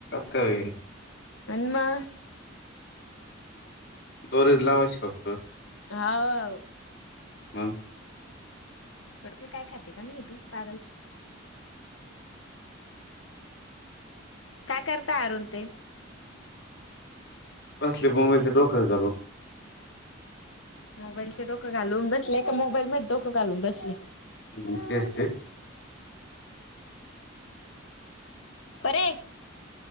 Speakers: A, on the left; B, on the left.
A: काय होईल
B: आणि म
A: दररोज लावायचं फक्त.
B: हाव हाव
A: हम
B: क काय खाते का नाही बी पारल काय करताय अरुण ते
A: बसली मोबाईलचे डोक्यात घालून
B: मोबाईलचे डोकं घालून बसले मोबाईल मधीडोकं घालून बसले.
A: हम
B: हम्म
A: तेच ते
B: परे